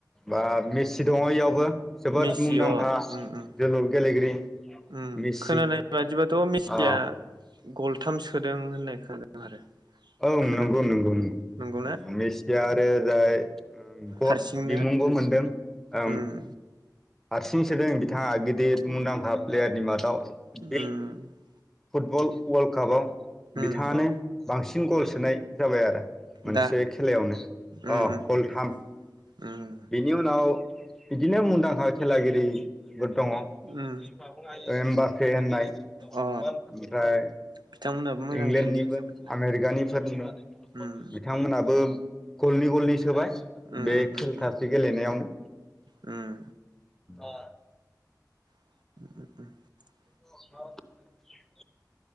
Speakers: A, in the centre; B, on the right.
A: बा मेसि दङ इयावबो जोबोद
B: मेसि
A: मुंदांखा
B: अ उम उम
A: गेलेगिरि
B: उम
A: मेसि
B: खोनानाय बादिबाथ मेसिया
A: अ
B: गलथाम सोदों होननाय खोनादों आरो
A: औ
B: खोनानायाव
A: नंगौ नंगौ नंगौ
B: नंगौना
A: मेसिया आरो ओरै जाय खद
B: हारसिंनो
A: बिमुंबो मोनदों ओं
B: उम
A: हारसिं सोदों बिथाङा गिदिर मुंदांखा प्लेयारनि मादाव
B: उम
A: बे फुटबल वर्ल्ड कापाव बिथाङानो
B: उम उम
A: बांसिन सिन गल सोनाय जाबाय आरो मोनसे
B: दा
A: खेलायावनो
B: उम
A: अ
B: उम
A: गलथाम
B: उम
A: बिनि उनाव बिदिनो मुंदांखा खेलागिरि दङ होमबा
B: उम
A: फे होननाय ओमफ्राय
B: अ बिथांमोनहाबो मोजां
A: इंलेण्डनिबो
B: गेलेयो जोबोदनो
A: आमेरिकानिफोरनिबो
B: उम
A: बिथांमोनाबो गलनै गलनै सोबाय
B: उम
A: बे
B: उम
A: खेलथासो
B: उम
A: गेलेनायावनो
B: उम
A: ओ
B: <unintelligible>
A: <unintelligible>